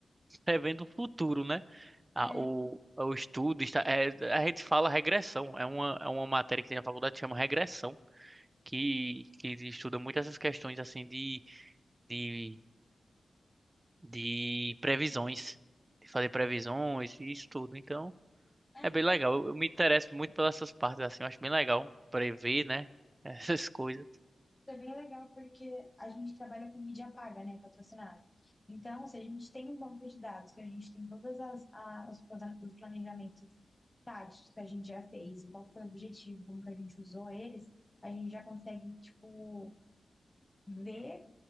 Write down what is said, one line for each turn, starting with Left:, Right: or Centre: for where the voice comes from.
Right: prevendo o futuro, né? a-
Left: É,
Right: o, o estudo está, é, a gente fala regressão, é uma, é uma matéria que tem na faculdade que chama regressão, que, que estuda muito essas questões assim de, de, de previsões, de fazer previsões e isso tudo. Então,
Left: é,
Right: é
Left: então,
Right: bem legal. Eu, eu me interesso muito pelas essas partes assim, eu acho bem legal prever, né, <laughs> essas coisas
Left: isso é bem legal porque a gente trabalha com mídia paga, né, patrocinada. Então, se a gente tem um banco de dados, que a gente tem todas as, a- os plana- os planejamentos táticos que a gente já fez, e qual foi o objetivo, como que a gente usou eles, a gente já consegue, tipo, ver,